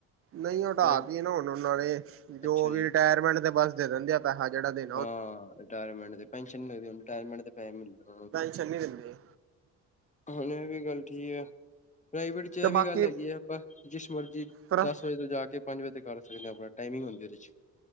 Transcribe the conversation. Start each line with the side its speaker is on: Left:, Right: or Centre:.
Right: ਨਈ ਹਟਾ
Left: ਪ੍ਰਾਈ
Right: ਤੀ ਨਾ ਹੁਣ ਉਹਨਾਂ ਨੇ ਜੋ
Left: ਅੱਛਾ
Right: ਵੀ
Left: ਜੀ
Right: ਰਿਟਾਇਰਮੈਂਟ ਤੇ ਬਸ ਦੇ ਦਿੰਦੇ ਆ। ਪੈਸਾ ਜਿਹੜਾ ਦੇ
Left: ਹਾਂ ਰਿਟਾਇਰਮੈਂਟ ਤੇ ਪੈਨਸ਼ਨ ਮਿਲਦੀ, ਰਿਟਾਇਰਮੈਂਟ ਦੇ ਪੈਸੇ ਮਿਲਦੇ।
Right: ਚੰਗੇ ਦਿੰਦੇ ਅ
Left: ਹੁਣ ਇਹ ਵੀ ਗੱਲ ਠੀਕ ਆ। ਪ੍ਰਾਈਵੇਟ 'ਚ ਇਹ
Right: ਤੇ
Left: ਵੀ
Right: ਬਾਕੀ
Left: ਗੱਲ ਹੈਗੀ ਆ, ਆਪਾਂ ਜਿਸ ਮਰਜ਼ੀ
Right: ਪਰ
Left: ਦਸ ਵਜੇ ਤੋਂ ਜਾ ਕੇ ਪੰਜ ਵਜੇ ਤੋਂ ਕਰ ਸਕਦੇ ਆ, ਆਪਣਾ ਟਾਈਮਿੰਗ ਹੁੰਦੀ ਉਹਦੇ ਚ।